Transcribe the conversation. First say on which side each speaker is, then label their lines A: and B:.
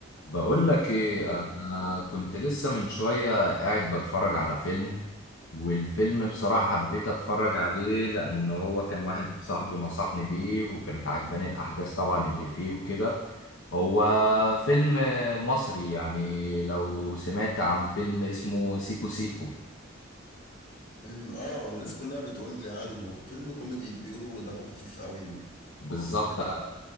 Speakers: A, on the left (about 85°); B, on the left (about 50°).
A: بقول لك ايه انا كنت لسه من شوية قاعد بتفرج على فيلم والفيلم بصراحة حبيت اتفرج عليه لان هو كان واحد صاحبي نصحني بيه وكانت عجباني الاحداث طبعا اللي فيه وكده هو فيلم مصري يعني لو سمعت عن فيلم اسمه سيكو سيكو
B: إن- اه الناس كلها بتقول لي عنه فيلم كوميدي بيقولوا دمه خفيف قوي
A: بالظبط
B: بتاع